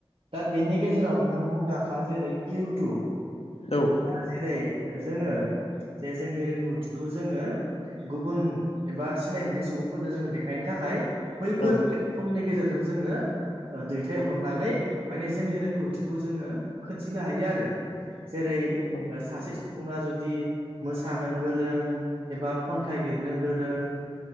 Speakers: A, on the right (about 60°); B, on the left (about 80°).
A: दा बेनि गेजेरावनो मुंदांखा जेरै इउटुब
B: औ
A: दा जेरै जोंङो जे जोंनि रोंगौथिखौ जोंङो गुबुन एबा सिनाय मोनै सुबुंफोरनो जोंङो देखायनो थाखाय बैफोर
B: औ
A: समनि गेजेरजों जोंङो ओ दैथायहरनानै माने जोंनि रोंगौथिखौ जोंङो खोन्थिनो हायो आरो। जेरै
B: औ
A: सासे सुबुंङा जुदि मोसानो गोरों एबा खन्थाइ लिरनो गोरों